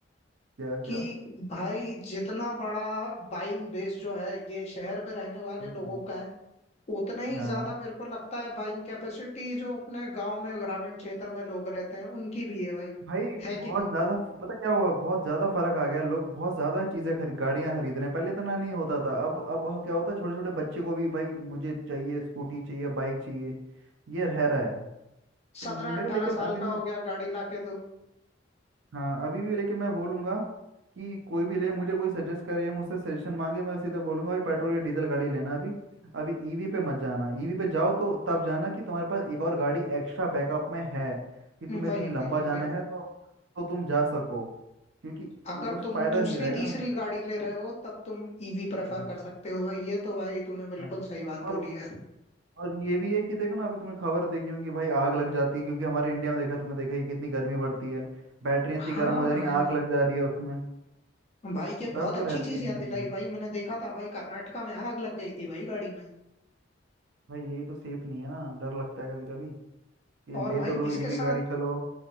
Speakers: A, on the right (about 70°); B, on the left (about 35°).
A: क्या
B: कि
A: क्या
B: भाई जितना बड़ा बाइंग बेस जो है ये शहर में रहने वाले
A: हम्म,
B: लोगों का है उतना ही
A: हाँ
B: ज्यादा मेरे को लगता है बाइंग कैपेसिटी जो अपने गांव में ग्रामीण क्षेत्र में लोग रहते हैं उनकी भी है भाई
A: भाई
B: है कि
A: बहुत
B: नहीं
A: ज्यादा फ- पता क्या हुआ बहुत ज्यादा फर्क आ गया लोग बहुत ज्यादा चीजें खरीद गाड़ियां खरीद रहे हैं पहले इतना नहीं होता था अब अब ह- क्या होता है छोटे छोटे बच्चे को भी भाई मुझे चाहिए स्कूटी चाहिए बाइक चाहिए ये रह रहा है
B: सत्रह
A: तो मेरे
B: अट्ठारह
A: लेकिन
B: साल
A: अभी भी
B: का हो गया गाड़ी ला के दो
A: हाँ अभी भी लेकिन मैं बोलूंगा कि कोई भी ले मुझे कोई सजेस्ट करे या मुझसे सजेशन मांगे मैं सीधा बोलूंगा भाई पेट्रोल या डीजल गाड़ी लेना अभी अभी ईवी पे मत जाना ईवी पे जाओ तो तब जाना कि तुम्हारे पास एक और गाड़ी एक्स्ट्रा बैकअप में है कि तुम्हें
B: वही
A: कहीं लंबा
B: वही
A: जाना
B: वही
A: है तो तो तुम जा सको क्योंकि
B: अगर
A: वो
B: तुम
A: फायदा
B: दूसरी
A: नहीं रहेगा
B: तीसरी
A: ना
B: गाड़ी ले रहे हो तब तुम ईवी प्रेफर
A: हाँ
B: कर सकते हो भाई ये तो भाई तूने बिल्कुल
A: हाँ
B: सही बात
A: और
B: बोली
A: वो-
B: है
A: और ये भी है कि देखो ना अभी तुम्हें खबर देखी होगी भाई आग लग जाती है क्योंकि हमारे इंडिया में देखा तुमने देखा ही है, कितनी गर्मी बढ़ती है बैटरी इतनी
B: हाँ
A: गर्म हो जा
B: भाई
A: रही है आग लग जा रही है उसमें
B: भाई ये
A: डर
B: बहुत
A: तो
B: अच्छी
A: रहता
B: चीज
A: ही है
B: याद
A: इन चीज़ों
B: दिलाई
A: में
B: भाई मैंने देखा था भाई कर्नाटका में आग लग गई थी भाई गाड़ी में
A: भाई ये तो सेफ नहीं है ना डर लगता है कभी कभी कि
B: और
A: ले
B: भाई
A: तो लो
B: इसके
A: ईवी
B: साथ
A: गाड़ी चलो